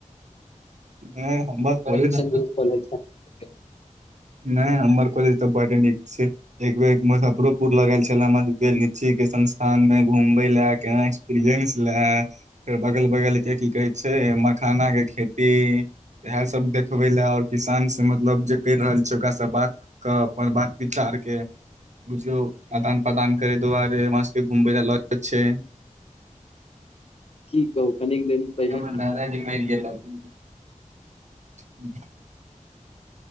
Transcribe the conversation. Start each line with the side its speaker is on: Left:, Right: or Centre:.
Right: नहि हमर कालेज
Left: बड़ी कंजूस कॉलेज छै। <unintelligible>
Right: नहि हमर कॉलेज त बड नीक छै एक बेर मुजफरोपुर लग छल हम के संस्थान मे घूमबे ले केना एक्सपीरियंस ले फेर बगल बगल के कहे मखाना के खेती इएह सभ देख खबे लए और किसान से मतलब जे कर रहल छै ओकरासँ बात क अपन बात विचार के बुझियौ आदान प्रदान कर दुआरे हमरा सभके घुमब लऽ छै
Left: कि कहू कनेक दिन पहिले
Right: <unintelligible>